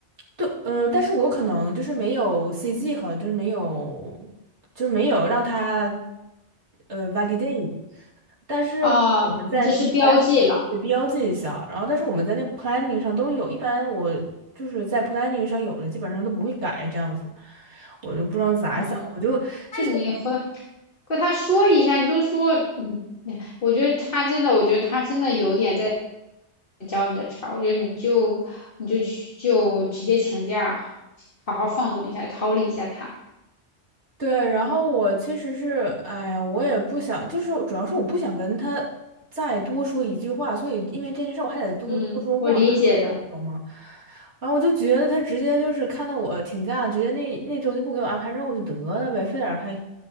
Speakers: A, on the right; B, on the left.
A: 对，嗯、但是我可能就是没有 CG 和就是没有，就没有让他，呃 validate，但是我们在那个
B: 啊，你只是标记了。
A: plan 得标记一下，然后但是我们在那 planning 上都有，一般我就是在 planning 上有的基本上都不会改这样子，我就不知道咋想，
B: 嗯，
A: 我就其实。
B: 那你和跟他说一下，你就说，嗯，哎我觉得他真的，我觉得他真的有点在教你的茬儿我觉得你就你就去就直接请假，好好放纵一下，逃离一下他。
A: 对，然后我其实是，哎呀，我也不想，就是主要是我不想跟他再多说一句话，所以因为这件事我还得多多说话，
B: 嗯，我理解的。
A: 你懂吗？然后我就觉得他直接就是看到我请假，直接那那周就不给我安排任务就得了呗，非得还，